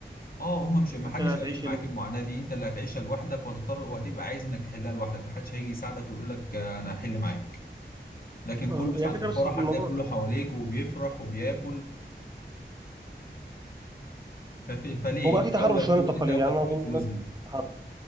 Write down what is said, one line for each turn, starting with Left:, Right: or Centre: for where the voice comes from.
Left: اه هم مش ما
Right: انت
Left: حدش
Right: اللي هتعيش
Left: هيعيش معاك
Right: ال...
Left: المعاناة دي انت اللي هتعيشها لوحدك وهتضطر وهتبقى عايز انك تحلها لوحدك ما حدش هيجي يساعدك ويقول لك آه، انا هحل معاك لكن
Right: اه
Left: كله
Right: يعني
Left: ساعة
Right: الفكره
Left: الفرح
Right: بس الموضوع
Left: هتلاقي كله حواليك وبيفرح وبياكل فف- فليه
Right: هو بقى
Left: انت
Right: فيه تحرر
Left: اولى
Right: شويه
Left: بكل
Right: من التقاليد
Left: انت اولى
Right: يعني
Left: بكل
Right: انا اظن
Left: الفلوس
Right: الناس
Left: دي
Right: بقت تتحرر.